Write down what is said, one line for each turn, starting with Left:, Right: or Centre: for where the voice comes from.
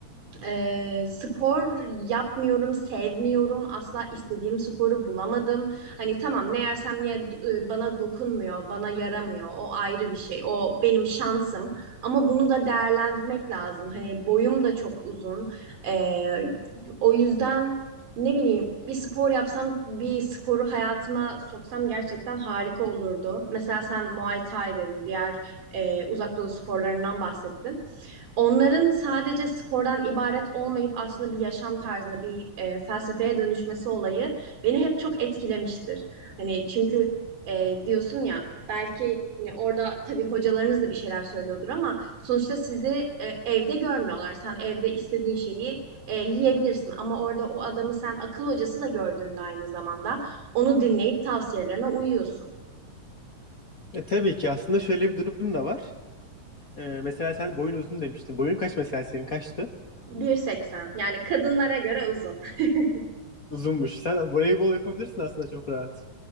Right: ee, spor yapmıyorum, sevmiyorum. Asla istediğim sporu bulamadım. Hani tamam ne yersem ye e, bana dokunmuyor, bana yaramıyor. O ayrı bir şey. O benim şansım. Ama bunu da değerlendirmek lazım. Hani boyum da çok uzun. Ee, o yüzden ne bileyim bir spor yapsam, bir sporu hayatıma soksam gerçekten harika olurdu. Mesela sen Muay Thai dedin, diğer e, uzak doğu sporlarından bahsettin. Onların sadece spordan ibaret olmayıp aslında bir yaşam tarzına, bir e, felsefeye dönüşmesi olayı beni hep çok etkilemiştir. Hani çünkü e, diyorsun ya belki hani orada tabii hocalarınız da bir şeyler söylüyordur ama sonuçta sizi e, evde görmüyorlar. Sen evde istediğin şeyi e, yiyebilirsin ama orada o adamı sen akıl hocası da gördüğünde aynı zamanda onu dinleyip tavsiyelerine uyuyorsun.
Left: E, tabii ki aslında şöyle bir durum da var. Ee, mesela sen boyun uzun demiştin. Boyun kaç mesela senin kaçtı?
Right: 1.80 yani kadınlara göre uzun. <laughs>
Left: Uzunmuş. Sen voleybol yapabilirsin aslında çok rahat.